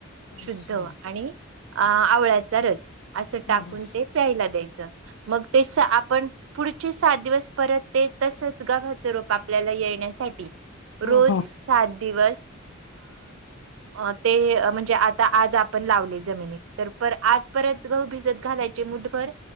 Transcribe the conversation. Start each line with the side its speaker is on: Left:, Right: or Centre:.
Left: अच्छा
Right: शुद्ध आणि अ आवळ्याचा रस असं
Left: हम्म
Right: टाकून ते प्यायला द्यायचं. ज मग ते आपण पुढचे सात दिवस परत देत तसच गव्हाचं रोप आपल्याला येण्यासाठी
Left: हम्म
Right: रोज
Left: हम्म
Right: सात दिवस अ ते म्हणजे आता आज आपण लावले. जमिनीत तर पर आज परत गहू भिजत घालायचे मुठभर